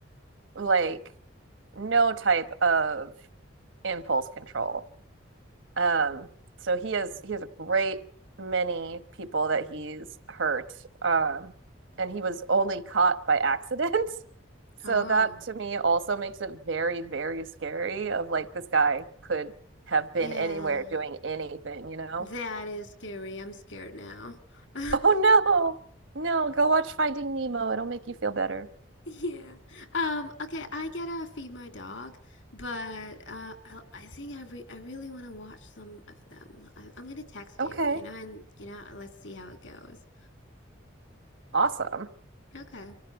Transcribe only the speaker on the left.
Oh.
Yeah.
That is scary. I'm scared now.
<laughs>
Yeah. Um, okay, I gotta feed my dog, but uh I, I think I re I really want to watch some of them. I, I'm gonna text
you, you know, and you know, let's see how it goes.
Okay.